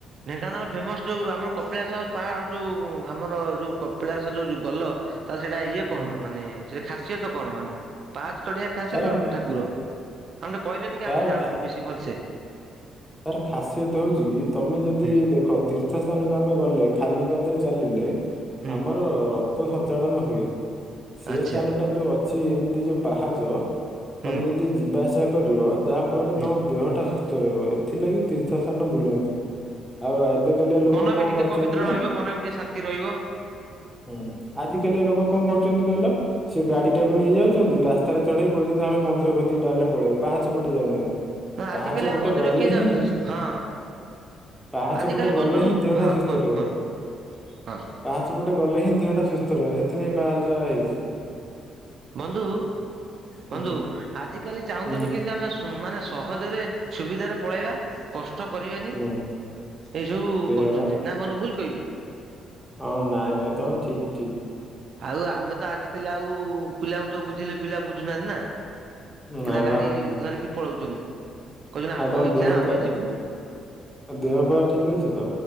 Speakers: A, on the right; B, in the centre.
A: ଢେଙ୍କାନାଳ ଫେମସ୍ ଯୋଉ ଆମର କପିଳାସ ପାହା ଯୋଉ ଆମର ଯୋଉ କପିଳାସ ଯୋଉ ଗଲ ତାହେଲେ ସେଇଟା ଇଏ
B: ହୁଁ,
A: କଣ ମାନେ ସେ ଖାସିୟତ କଣ ମାନେ ପାହାଚ ଚଢିଆ ଖାସିୟତ
B: ତାର
A: ଠାକୁର ଆମେ ଟିକେ କହିଲେ ଟିକେ
B: ତାର
A: ଆମେ ଟିକେ ଜାଣନ୍ତୁ ବେଶୀ ଭଲସେ।
B: ତାର ଖାସିୟତ ହଉଚି କି ତମେ ଯଦି
A: ହୁଁ
B: ଦେଖ ତୀର୍ଥ ସ୍ଥାନକୁ ଆମେ ଗଲେ ଖାଲି ପାଦରେ ଚାଲିଲେ
A: ହୁଁ
B: ଆମର ରକ୍ତ ସଞ୍ଚାଳନ ହୁଏ। ସେ
A: ଆଚ୍ଛା
B: ସ୍ଥାନଟା ଯୋଉ ଅଛି ଏମ୍ତି ଯୋଉ ପାହାଚ, ତମେ
A: ହୁଁ
B: ଯଦି ଯିବା ଆସିବା କରିବ ଯା ଫଳରେ
A: ହୁଁ।
B: ତମ ଦେହଟା ସୁସ୍ଥ ରହିବ, ଏଥିଲାଗି ତୀର୍ଥ ସ୍ଥାନ ବୁଲନ୍ତି। ଆଉ ଏବେକାଲିଆ ଲୋକ
A: ମନ
B: କଣ
A: ବି ଟିକେ
B: କରୁଛନ୍ତି
A: ପବିତ୍ର
B: ନା
A: ରହିବ ମନ ବି ଟିକେ ଶାନ୍ତି ରହିବ।
B: ହୁଁ ଆଜି କାଲିଆ ଲୋକ କଣ କରୁଚନ୍ତି କହିଲ ସେ ଗାଡି ଟାକୁ ନେଇଯାଉଚନ୍ତି ରାସ୍ତାରେ ଚ କହୁଚନ୍ତି ଆମେ ମନ୍ଦିର କତିକି ଡାଇରେକ୍ଟ୍ ପଳେଇବୁ, ପାହାଚ ପଟେ ଯାଉନାହାନ୍ତି।
A: ଆଜିକାଲି
B: ପାହାଚ ପଟେ
A: ଆଉ ମନ୍ଦିର
B: ଗଲେ
A: କିଏ ଯାଉଚି
B: ହିଁ
A: ହଁ।
B: ପାହାଚ
A: ଆଜିକାଲି
B: ପଟେ ଗଲେ
A: ବନ୍ଧୁ
B: ହିଁ ଦେହଟା
A: ହଁ
B: ସୁସ୍ଥ
A: କୁହନ୍ତୁ
B: ରହିବ।
A: କୁହନ୍ତୁ ହଁ।
B: ପାହାଚ ପଟେ ଗଲେ ହିଁ ଦେହଟା ସୁସ୍ଥ ରହିବ, ସେଥିିନେଇ ପାହାଚଟା ହେଇଚି।
A: ବନ୍ଧୁ-ବନ୍ଧୁ,
B: ହୁଁ
A: ଆଜି କାଲି ଚାହୁଁଚନ୍ତି
B: ହୁଁ
A: କିନ୍ତି ଆମେ ହଁ ମାନେ ସହଜରେ ସୁବିଧାରେ ପଳେଇବା। କଷ୍ଟ କରିବାନି
B: ହୁଁ
A: ଏଇସବୁ
B: ସେଇଆ
A: କରୁଚନ୍ତି,
B: ବା
A: ନା ବନ୍ଧୁ ଭୁଲ୍ କହିଲି?
B: ହଁ ନାଇଁ-ନାଇଁ ତମେ ଠିକ୍-ଠିକ୍।
A: ଆଉ ଆମେ ତ ଆଜିକାଲି ଆଉ ପିଲାଙ୍କୁ ତ ବୁଝେଇଲେ ପିଲା ବୁଝୁନାହାନ୍ତି ନା। ସେ
B: ନାଁ
A: ତାଙ୍କ ଗାଡି
B: ବା।
A: ଧରିକି ପଳଉଚନ୍ତି। କହୁଚନ୍ତି ଆମ
B: ଆଉ ତମ
A: ଇଛା
B: ଦେହ
A: ଆମେ
B: ପା
A: ଯିବୁ।
B: ଦେହ ପା ଠିକ୍ ଅଛି ତ?